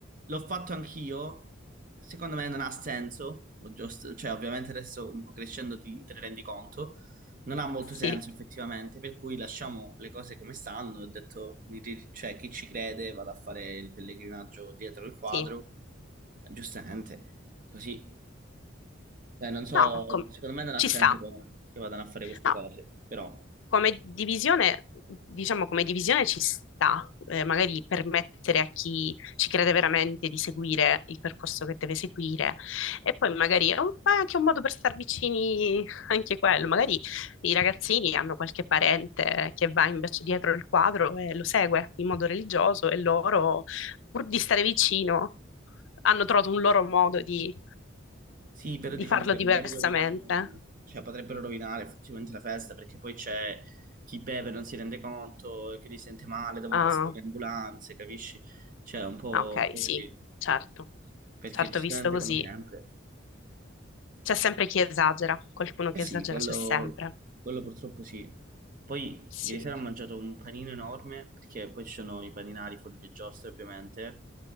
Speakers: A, on the right; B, on the left.
A: l'ho fatto anch'io, secondo me non ha senso, giusto- cioè ovviamente adesso un po' crescendo ti te ne rendi conto, non ha molto
B: Sì,
A: senso effettivamente, per cui lasciamo le cose come stanno, ho detto, mi ri- cioè chi ci crede vado a fare il pellegrinaggio dietro il quadro,
B: sì.
A: giustamente, così, cioè non so,
B: No, com-
A: secondo me non ha
B: ci
A: senso
B: sta.
A: che che vadano a fare queste
B: No.
A: cose, però...
B: come divisione, diciamo come divisione ci sta, eh, magari permettere a chi ci crede veramente di seguire il percorso che deve seguire e poi magari è, un- è anche un modo per star vicini anche quello, magari i ragazzini hanno qualche parente che va invece dietro il quadro e lo segue in modo religioso e loro, pur di stare vicino, hanno trovato un loro modo di,
A: Sì, però
B: di
A: diciamo
B: farlo
A: che
B: diversamente.
A: magari rovinano, cioè potrebbero rovinare effettivamente la festa perché poi c'è chi beve non si rende conto e quindi si sente male, devono
B: Ah,
A: passare le ambulanze, capisci? Cioè, è un po',
B: Ah, ok,
A: un po'
B: sì,
A: così,
B: certo.
A: perché
B: Certo,
A: giustamente
B: visto così.
A: come sempre.
B: C'è sempre chi esagera, qualcuno che
A: Eh sì,
B: esagera
A: quello,
B: c'è sempre.
A: quello purtroppo sì. Poi
B: Sì,
A: ieri sera ho mangiato un panino enorme perché poi ci sono i paninari fuori le giostre ovviamente,